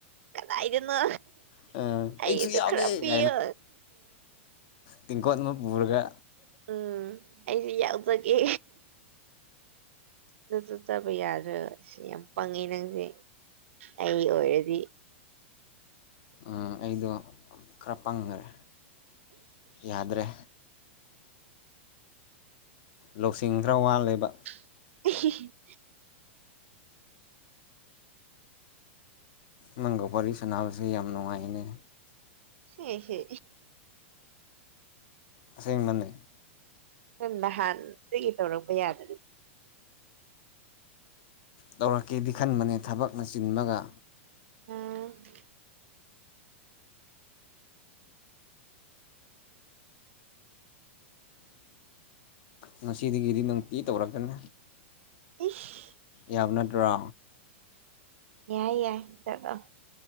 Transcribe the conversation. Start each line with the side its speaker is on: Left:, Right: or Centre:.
Right: ꯀꯗꯥꯏꯗꯅꯣ
Left: ꯑꯩꯁꯨ
Right: ꯑꯩꯒꯤꯁꯨ
Left: ꯌꯥꯎꯒꯦ
Right: ꯈꯔ ꯄꯤꯌꯦ
Left: ꯇꯤꯡꯀꯣꯠ ꯑꯃ ꯄꯨꯔꯒ
Right: ꯎꯝ ꯑꯩꯁꯨ ꯌꯥꯎꯖꯒꯦ ꯑꯗꯨꯁꯨ ꯆꯕ ꯌꯥꯔꯦ ꯑꯁ ꯌꯥꯝ ꯄꯪꯉꯦ ꯅꯪꯁꯦ ꯑꯩ ꯑꯣꯏꯔꯗꯤ
Left: ꯎ ꯑꯩꯗꯣ ꯈꯔ ꯄꯪꯈ꯭ꯔꯦ ꯌꯥꯗ꯭ꯔꯦ ꯂꯧꯁꯤꯡ ꯈꯔ ꯋꯥꯜꯂꯦꯕ
Right: <unintelligible>
Left: ꯃꯪꯒꯣ ꯋꯥꯔꯤ ꯁꯥꯟꯅꯕꯁꯦ ꯌꯥꯝ ꯅꯨꯡꯉꯥꯏꯅꯦ
Right: ꯍ ꯍ
Left: ꯑꯥꯁꯦꯡꯕꯅꯦ
Right: ꯅꯪ ꯅꯍꯥꯟ ꯁꯤꯒꯤ ꯇꯧꯔꯛꯄ ꯌꯥꯗ꯭ꯔ
Left: ꯇꯧꯔꯛꯀꯦꯗꯤ ꯈꯟꯕꯅꯦ ꯊꯕꯛꯅ ꯆꯤꯡꯕꯒ
Right: ꯎꯝ
Left: ꯉꯁꯤꯗꯒꯤꯗꯤ ꯅꯨꯡꯇꯤ ꯇꯧꯔꯛꯀꯅꯤ
Right: ꯏꯁ
Left: ꯌꯥꯕ ꯅꯠꯇ꯭ꯔꯣ
Right: ꯌꯥꯏ ꯌꯥ ꯇꯒ